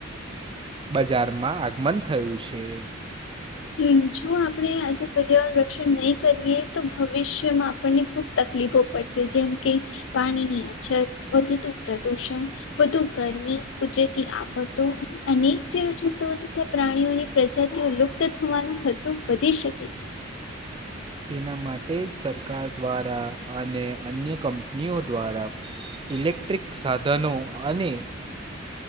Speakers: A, on the right (about 25°); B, on the left (about 65°).
A: બજારમાં આગમન થયું છે.
B: હમ જો આપણે આજે પર્યાવરણ રક્ષણ નહી કરીએ તો ભવિષ્યમાં આપણને ખુબ તકલીફો પડશે જેમ કે પાણીની અછત, વધતું પ્રદુષણ વધુ ગરમી કુદરતી આફતો અને અનેક જેવ જંતુઓ તથા પ્રાણીઓની પ્રજાતિઓ લુપ્ત થવાનો ખતરો વધી શકે છે.
A: તેના માટે જ સરકાર દ્વારા અને અન્ય કંપનીઓ દ્વારા ઇલેક્ટ્રિક સાધનો અને